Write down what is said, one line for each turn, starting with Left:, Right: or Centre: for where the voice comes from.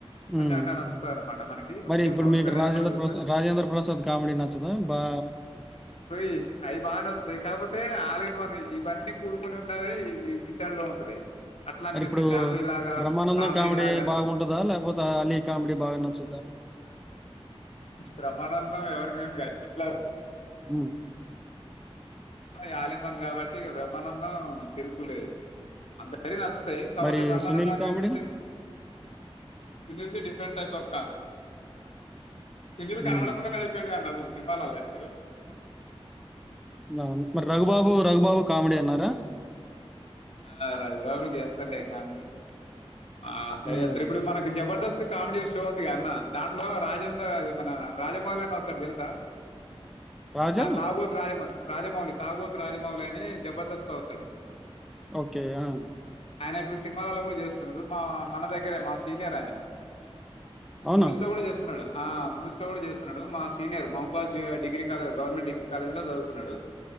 Left: కొంచెం
Centre: మ్మ్
Left: అట్లా నచ్చుతారు అనమాట మనకి
Centre: మరి
Left: ఓకే
Centre: ఇప్పుడు
Left: పవన్
Centre: మీకు
Left: కళ్యాణ్
Centre: రాజేంద్ర
Left: కూడా చూస్తాం
Centre: ప్రసాద్ రాజేంద్ర ప్రసాద్ కామెడీ నచ్చదా బా
Left: ది అవి బానచ్చుతాయి కాకపోతే ఆల్ ఇన్ వన్ ఇవన్నీ కూడుకొని ఉన్నది ఈ ఇతనులో ఉంటది అట్లా అనిపిస్తయి
Centre: మరి ఇప్పుడు
Left: ఫ్యామిలీ లాగా
Centre: బ్రహ్మానందం
Left: కామెడీ లాగా
Centre: బాగుంటుందా లేకపోతే అలీ కామెడీ బాగా నచ్చుద్దా
Left: బ్రహ్మానందం ఎవరికి <unintelligible> ఎట్లా
Centre: మ్మ్
Left: టయి ఆల్ ఇన్ వన్ కాబ ట్టె కదా బ్రమ్మానందం తిరుగులేదు అందరికి నచ్ తయి కాపోతే
Centre: మరి
Left: బ్రహ్మానంద
Centre: సునీల్
Left: అనేదటి
Centre: కామెడీ
Left: Sunil the different type of comedy Telugu
Centre: ఉమ్,
Left: channel లో కూడ <unintelligible> అతను సినిమాలల ఇప్పుడు
Centre: అవును మరి రఘుబాబు రఘుబాబు కామెడి అన్నారా
Left: ఆ రఘుబాబు కూడ చేస్తడులే కామెడి ఆ అంత
Centre: ఉమ్.
Left: చేత్తరు మనకు జబర్దస్త్ కామెడీ షో ఉంది కా అన్న దాంట్లో రాజ్ చంద అది మన రాజ మళ్ళయిన వస్తాడు తెలుసా
Centre: రాజా
Left: క తాగుబోతు రాజమ రాజమౌళి తాగోతు రాజమౌళి అని జబర్దస్త్ గా వస్తాడు
Centre: ఓకే ఆ
Left: ఆయన ఇప్పుడు సినిమాలలో కూడా చేస్తున్నాడు మా మన దగ్గరే మా సీనియర్ ఆయన
Centre: అవునా
Left: మూవీస్ లో కూడా చేస్తున్నాడు ఆ మోసిరావు కూడా చేస్తున్నాడు మా సీనియర్ మహబాజ్ degree college government degree college లో చదువుకున్నాడు